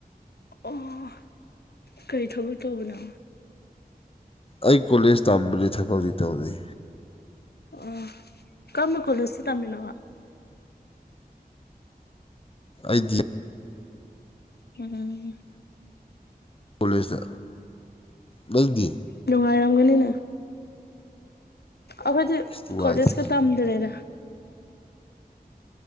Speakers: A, on the left; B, on the left.
A: ꯑꯣ ꯀꯔꯤ ꯊꯕꯛ ꯇꯧꯕꯅꯣ
B: ꯑꯩ ꯀꯣꯂꯦꯖ ꯇꯝꯕꯒꯤ ꯊꯕꯛꯗꯤ ꯇꯧꯔꯤ
A: ꯑꯣ ꯀꯃ ꯀꯣꯂꯁꯦ ꯇꯃꯤꯅ ꯋꯥ
B: ꯑꯩꯗꯤ
A: ꯎꯝ
B: ꯀꯣꯂꯦꯖꯇ ꯅꯪꯗꯤ
A: ꯅꯨꯡꯉꯥꯏꯔꯝꯒꯅꯤꯅ ꯑꯩꯈꯣꯏꯗꯤ
B: ꯑꯁ ꯅꯨꯡꯉꯥꯏꯇꯦꯗ
A: ꯀꯣꯂꯦꯖꯀ ꯇꯝꯗ꯭ꯔꯦꯗ